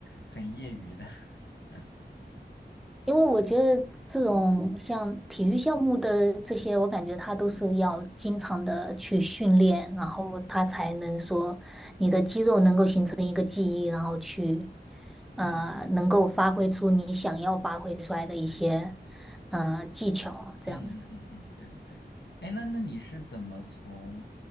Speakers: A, on the left (about 75°); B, in the centre.
A: 很业余的。<laughs>
B: 因为我觉得这种像体育项目的这些，我感觉他都是要经常的去训练，然后他才能说你的肌肉能够形成一个记忆，然后去呃能够发挥出你想要发挥出来的一些呃技巧，
A: 嗯嗯嗯嗯
B: 这样子。
A: 嗯嗯嗯嗯，对对对。哎，那那你是怎么从，